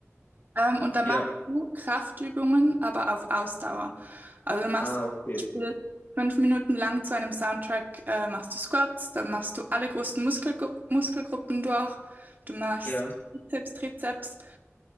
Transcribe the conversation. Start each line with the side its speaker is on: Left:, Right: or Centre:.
Right: ähm, und dann
Left: ja.
Right: machst du Kraftübungen, aber auf Ausdauer. Also du machst
Left: Ah,
Right: zum
Left: okay.
Right: Beispiel fünf Minuten lang zu einem Soundtrack, äh, machst du Squats, dann machst du alle großen Muskelgru Muskelgruppen durch. Du machst
Left: Ja,
Right: Bizeps, Trizeps